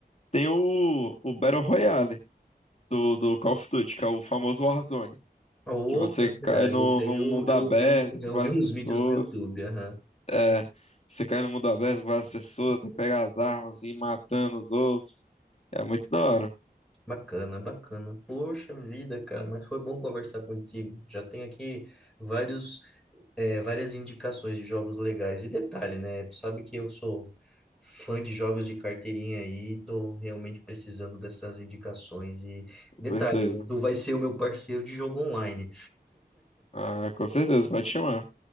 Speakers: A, on the left; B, in the centre.
A: tem o, o Battle Royale do, do Call of Duty, que é o famoso Warzone.
B: Opa,
A: que você
B: é verdade.
A: cai no,
B: Esse aí
A: num
B: eu,
A: mundo
B: eu,
A: aberto
B: ouvi, um- eu
A: com várias
B: vi uns
A: pessoas.
B: vídeos no YouTube. aham.
A: É, você cai no mundo aberto com várias pessoas, tem que pegar as armas e ir matando os outros. É muito da hora,
B: Bacana, bacana. Poxa vida, cara, mas foi bom conversar contigo. Já tem aqui vários, é, várias indicações de jogos legais. E detalhe, né? Tu sabe que eu sou fã de jogos de carteirinha aí, tô realmente precisando dessas indicações. E
A: com
B: detalhe,
A: certeza.
B: né? Tu vai ser o meu parceiro de jogo online.
A: Ah, com certeza, pode chamar.